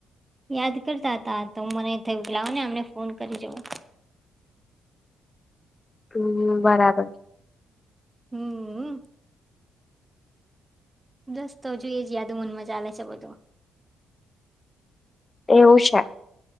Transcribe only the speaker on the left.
હમ બરાબર
એવું છે.